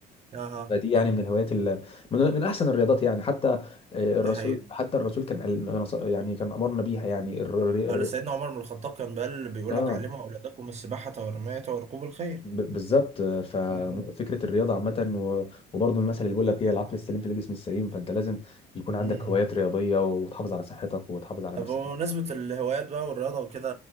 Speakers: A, on the right (about 40°); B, on the left (about 35°).
A: اها
B: فدي يعني من الهوايات ال... من... من احسن الرياضات يعني حتى آه،
A: دي
B: الرسول
A: حقيقة
B: حتى الرسول كان قال- يعني كان امرنا بيها يعني الر... الر...
A: قال سيدنا عمر بن الخطاب كان بل بيقول
B: اه
A: لك علموا أولادكم السباحة والرماية وركوب الخيل
B: ب- بالظبط ففكره
A: مم.
B: الرياضه عامه و- وبرضه المثل اللي بيقول لك ايه العقل السليم في الجسم السليم فانت لازم يكون عندك
A: امم
B: هوايات رياضيه وتحافظ على صحتك وتحافظ على
A: طب
B: نفسك
A: بمناسبة الهوايات بقى والرياضة وكده